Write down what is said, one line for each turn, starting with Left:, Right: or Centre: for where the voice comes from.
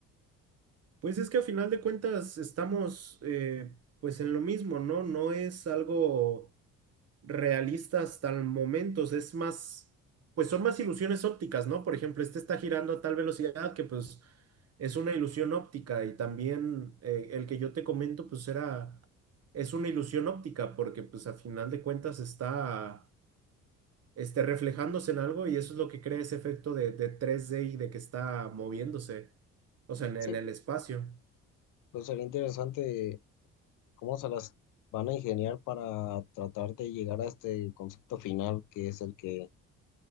Right: Pues es que a final de cuentas estamos eh, pues en lo mismo, ¿no? No es algo realista hasta el momento, o sea, es más, pues son más ilusiones ópticas, ¿no? Por ejemplo, este está girando a tal velocidad que pues es una ilusión óptica y también eh, el que yo te comento pues era, es una ilusión óptica porque pues a final de cuentas está este, reflejándose en algo y eso es lo que crea ese efecto de, de tres d y de que está moviéndose, o sea, en en
Left: Sí,
Right: el espacio.
Left: pues sería interesante cómo se las van a ingeniar para tratar de llegar a este concepto final que es el que